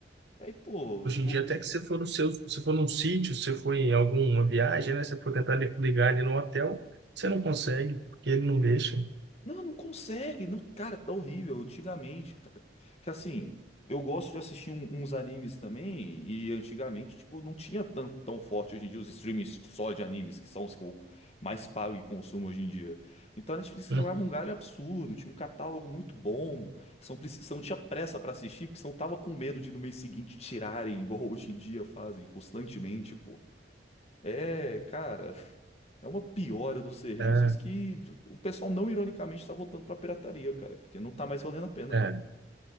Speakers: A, on the left; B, on the right.
A: Aí, pô,
B: Hoje em
A: o-
B: dia, até que você for no seu, se for num sítio, se for em alguma viagem, né? Você for tentar li- ligar ele no hotel, você não consegue, porque ele não deixa.
A: Não, não consegue. Não, cara, tá horrível. Antigamente, cara. Que assim, eu gosto de assistir um- uns animes também. E antigamente, tipo, não tinha tão, tão forte hoje em dia os streams só de animes, que são os que eu mais pago e consumo hoje em dia. Então a Netflix trabalhava
B: Uhum.
A: um galho absurdo. Tinha um catálogo muito bom. São, preci- são tinha pressa pra assistir, porque senão tava com medo de no mês seguinte tirarem, igual hoje em dia fazem constantemente, pô. É, cara, é uma piora dos serviços
B: É,
A: que o pessoal não ironicamente tá voltando pra pirataria, cara, porque não tá mais valendo a pena.
B: é.